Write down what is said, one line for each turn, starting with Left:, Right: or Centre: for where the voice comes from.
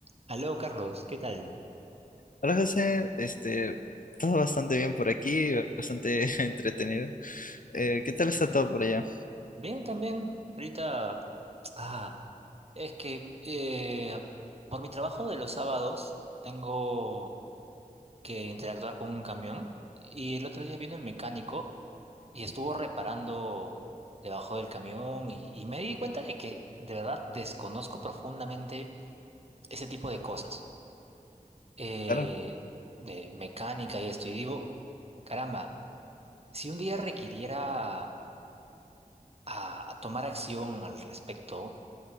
Right: Aló, Carlos, ¿qué tal?
Left: Hola José, este, todo bastante bien por aquí, bastante <laughs> entretenido. Eh, ¿qué tal está todo por allá?
Right: Bien, también. Ahorita, <tsk> ah, es que eh, por mi trabajo de los sábados tengo que interactuar con un camión y el otro día vino el mecánico y estuvo reparando debajo del camión y, y me di cuenta de que de verdad desconozco profundamente ese tipo de cosas eh,
Left: Claro.
Right: de mecánica y esto y digo, caramba, si un día requiriera a a tomar acción al respecto,